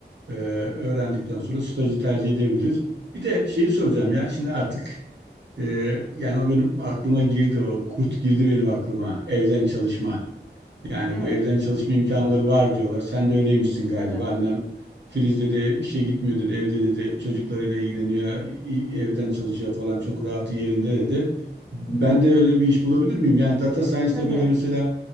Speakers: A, on the right; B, in the centre.
A: e, öğrendikten sonra stajı tercih edebiliriz. Bir de şeyi soracağım ya şimdi artık e, yani o benim aklıma girdi o kurt girdi benim aklıma evden çalışma. Yani
B: Evet,
A: bu evden çalışma imkanları var diyorlar. Sen de öyleymişsin galiba.
B: tabii.
A: Annem Filiz dedi işe gitmiyor dedi evde dedi çocuklarıyla ilgileniyor i- evden çalışıyor falan çok rahatı yerinde dedi. Ben
B: Hı hı.
A: de öyle bir iş bulabilir miyim? Yani data science'da
B: Tabii.
A: böyle mesela